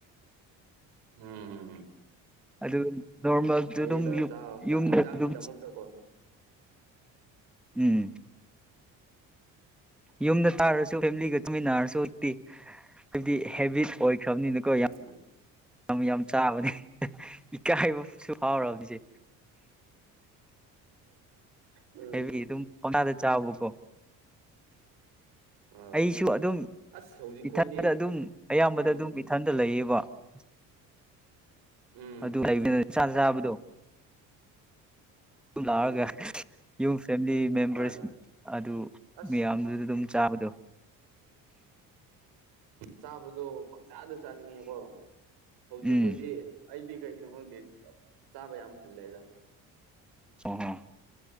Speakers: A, on the right; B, in the centre.
A: ꯎꯝꯝ
B: ꯑꯗꯨ ꯅꯣꯔꯃꯦꯜꯁꯨ
A: ꯍꯌꯦꯗ
B: ꯑꯗꯨꯝ ꯌꯨꯝꯗ
A: ꯍꯛꯆꯥꯡꯒꯤꯗꯃꯛꯇꯀꯣ
B: ꯑꯗꯨꯝ ꯎꯝ ꯌꯨꯝꯗ ꯇꯥꯔꯁꯨ ꯐꯦꯃꯤꯂꯤꯒ ꯆꯨꯃꯤꯟꯅꯔꯁꯨꯤ ꯍꯥꯏꯕꯗꯤ ꯍꯦꯕꯤꯠ ꯑꯣꯏꯣꯏ ꯈꯕꯅꯤꯅꯤꯀꯣ ꯌꯥꯝ
A: ꯎꯝ
B: ꯌꯥꯝ ꯌꯥꯝ ꯆꯥꯕꯅꯤ ꯏꯀꯥꯏꯕꯁꯨ ꯐꯥꯎꯕꯁꯦ
A: ꯎꯝ
B: ꯍꯕꯤ ꯑꯗꯨꯝꯗ ꯆꯥꯕ ꯀꯣ
A: ꯑꯥ
B: ꯑꯩꯁꯨ ꯑꯗꯨꯝ
A: ꯑꯁ ꯍꯧꯖꯤꯛꯈꯣꯏꯗꯤ
B: ꯏꯊꯟꯗ ꯑꯗꯨꯝ ꯑꯌꯥꯝꯕꯗ
A: ꯎꯝ
B: ꯑꯗꯨꯝ ꯏꯊꯟꯗ ꯂꯩꯌꯦꯕ ꯎꯝ
A: ꯎꯝ
B: ꯑꯗꯨ ꯂꯩꯕꯅ ꯆꯥ ꯆꯥꯕꯗꯣ ꯑꯗꯨ ꯂꯥꯛꯑꯒ
A: ꯎꯝ
B: ꯌꯨꯝ ꯐꯦꯃꯤꯂꯤ ꯃꯦꯝꯕꯔꯁ
A: ꯃꯥꯅꯦ
B: ꯑꯗꯨ
A: ꯑꯁ
B: ꯃꯌꯥꯝꯗꯨꯗ ꯑꯗꯨꯝ ꯆꯥꯕꯗꯣ
A: ꯆꯥꯕ ꯑꯗꯣ ꯄꯪꯆꯥꯥꯗ ꯆꯥꯅꯤꯡꯉꯦꯀꯣ ꯍꯧꯖꯤꯛꯈꯣꯏꯗꯤ
B: ꯎꯝ
A: ꯑꯩꯗꯤ ꯀꯩꯒꯤꯅꯣ ꯈꯪꯗꯦ ꯆꯥꯕ ꯌꯥꯝ ꯐꯟꯂꯦꯗ
B: ꯑꯣ ꯍꯣ